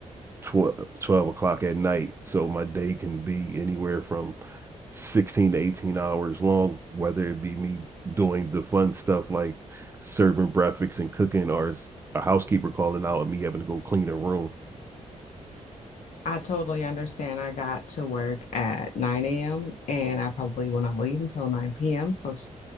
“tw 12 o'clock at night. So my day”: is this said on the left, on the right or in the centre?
Right